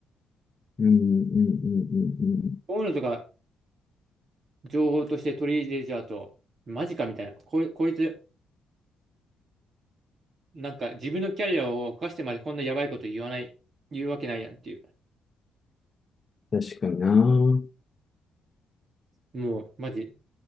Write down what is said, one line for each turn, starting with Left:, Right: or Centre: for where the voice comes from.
Left: うん、うん、うん、うん、
Right: こういうのとか情報として取り入れちゃうと、マジかみたいな。こい、こいつ、なんか自分のキャリアを犯してまでこんなやばいこと言わない、言うわけないやんっていう。
Left: うん。確かにな。うん、
Right: もう、マジ、